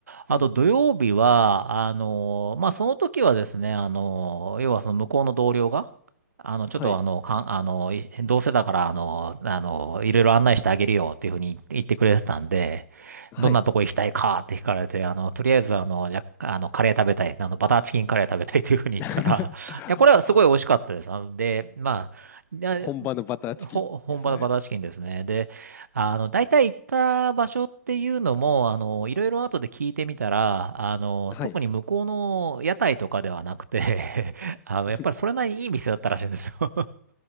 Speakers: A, on the right; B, on the left.
A: あと土曜日は、
B: うん。
A: あの、まあ、その時はですね、あの、要はその向こうの同僚が、あの、ちょっとあの、
B: はい。
A: かん、あの、いどうせだから、あの、あの、いろいろ案内してあげるよっていうふうに言ってくれてたんで、
B: はい。
A: どんなとこ行きたいかって聞かれて、あの、とりあえず、あの、じゃ、あの、カレー食べたい。あの、バターチキンカレー食べたいというふうに言ったら、
B: <laughs>
A: <laughs> いや、これはすごい美味しかったです。あの、で、まあ、いや
B: 本場のバターチキンですね。
A: ほ、本場のバターチキンですね。で、あの、大体行った場所っていうのも、あの、いろいろ後で聞いてみたら、あの、
B: はい。
A: 特に向こうの屋台とかではなくて <laughs> あの、
B: <laughs>
A: やっぱりそれなりにいい店だったらしいんですよ。